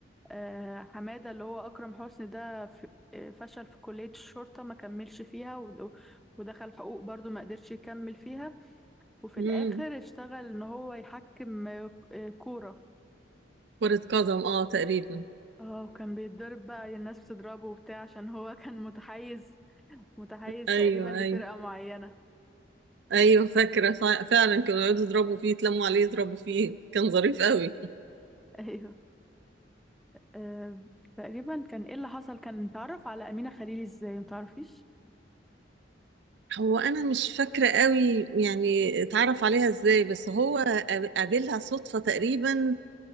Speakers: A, in the centre; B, on the right (about 65°).
A: آه حمادة اللي هو أكرم حسني ده ف... آه، فشل في كلية الشرطة ما كملش فيها و... ودخل حقوق برضو ما قدرش يكمل فيها وفي
B: امم
A: الآخر اشتغل إن هو يحكم آه، كورة
B: كرة قدم اه تقريبا
A: اه وكان بيتضرب بقى الناس بتضربه وبتاع عشان هو <laughs> كان متحيز متحيز
B: ايوه
A: تقريبا لفرقة
B: ايوه
A: معينة
B: ايوه فاكرة فع- فعلا كانوا يقعدوا يضربوا فيه يتلموا عليه يضربوا فيه كان ظريف قوي
A: ايوه آه، تقريبا كان ايه اللي حصل كان اتعرف على أمينة خليل ازاي متعرفيش
B: هو انا مش فاكره قوي يعني اتعرف عليها ازاي بس هو قاب- قابلها صدفه تقريبا